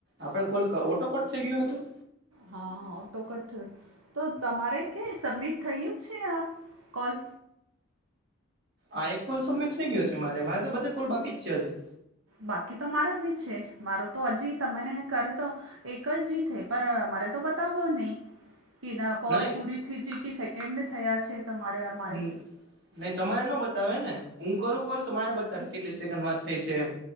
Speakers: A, on the right (about 50°); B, on the right (about 85°).
A: આપડો call auto cut થઈ ગયો હતો?
B: હા ઓટોકટ થયો. તો તમારે ક્યાંય સબમિટ થયું છે આ કોલ?
A: આ એક કોલ સબમિટ થઈ ગયો છે મારે. મારે તો બધે કોલ બાકી જ છે હજી.
B: બાકી તો મારે બી છે. મારું તો હજી તમને કર્યું તો એક જ થઈ પણ મારે તો બતાવવો નહી. કે ના કોલ
A: નહી
B: પૂરીથી હતી કે સેકન્ડ થયા છે તમારે ઓર મારે?
A: હમ નહી તમારે ન બતાડેને. હું કરું કોલ તો મારે બતાવે કેટલી સેકન્ડ વાત થઈ છે એમ.